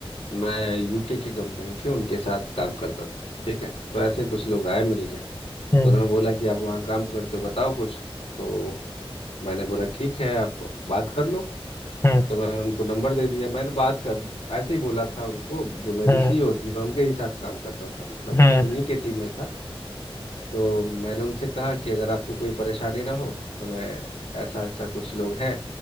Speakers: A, on the left (about 75°); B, on the left (about 25°).
A: मैं यूके की कंपनी थी उनके साथ काम करता था ठीक है तो ऐसे कुछ लोग आए मिलने तो
B: हम्म
A: उन्होंने बोला कि आप वहाँ काम करते हो बताओ कुछ तो मैंने बोला ठीक है आप बात कर लो
B: हम्म
A: तो मैंने उनको नंबर दे दिया मैंने बात कर ऐसे ही बोला था उनको जो मेरी
B: हम्म
A: सीईओ थी मैं उनके ही साथ काम करता था मतलब
B: हम्म हम्म
A: उन्हीं के टीम में था तो मैंने उनसे कहा कि अगर आपको कोई परेशानी ना हो तो मैं ऐसा ऐसा कुछ लोग हैं